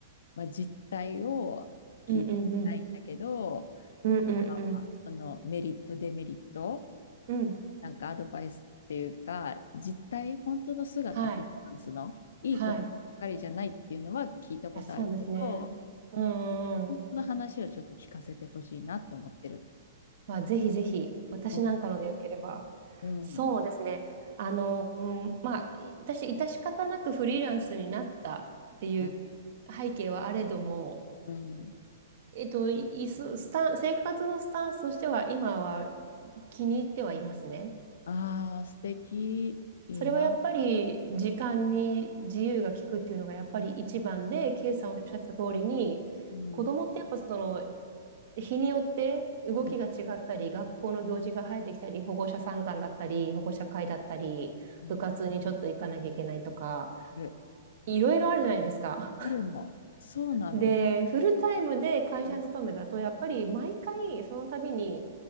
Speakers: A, on the left; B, on the right.
A: まあ、実態を聞いてみたいんだけど
B: うんうんうん。
A: 今はそのメリットデメリット
B: うん。
A: なんかアドバイスっていうか実態本当の姿フリーランスのいいことばっかりじゃないっていうのは聞いたことあるけど
B: はい。はい。いや、そうですね。うんうんうん。
A: その話をちょっと聞かせてほしいなと思ってる。
B: まあ、ぜひぜひ、私なんかのでよければ。
A: うんうん。
B: そうですね。あの、うんまあ、い私、致し方なくフリーランスになったっていう
A: うん
B: 背景はあれども、
A: うん。
B: えっと、いいすスタン、生活のスタンスとしては、今は気に入ってはいますね。
A: ああ、素敵。いいな。
B: それはやっぱり時間に自由が利くっていうのがやっぱり一番で、K さんおっしゃってた通りに、
A: うん。
B: 子供ってやっぱその日によって動きが違ったり、
A: うん
B: 学校の行事が生えてきたり、保護者参観だったり、保護者会だったり、
A: うん
B: 部活にちょっと行かなきゃいけないとか、
A: いる。
B: いろいろあるじゃないですか。
A: あるの。そうなの。
B: で、
A: 部活
B: フルタイムで会社に勤めだと、
A: うん。
B: やっぱり毎回その度に